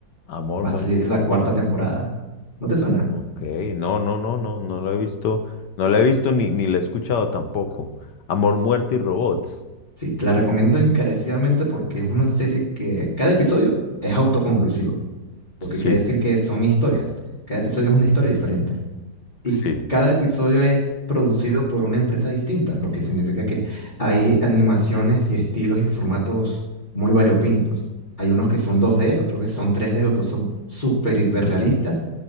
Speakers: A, on the left (about 65°); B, on the left (about 25°).
A: Amor,
B: Va
A: muerte
B: a salir
A: y robots.
B: la cuarta temporada. ¿No te suena?
A: Ok, no, no, no, no, no lo he visto, no la he visto ni, ni la he escuchado tampoco. Amor, muerte y robots.
B: Sí, te la recomiendo encarecidamente porque es una serie que cada episodio es autoconclusivo, lo
A: Sí,
B: que quiere decir que son historias. Cada episodio es una historia diferente. Y
A: sí.
B: cada episodio es producido por una empresa distinta, lo que significa que hay animaciones y estilos y formatos muy variopintos. Hay unos que son 2D, otros que son 3D, otros son súper hiperrealistas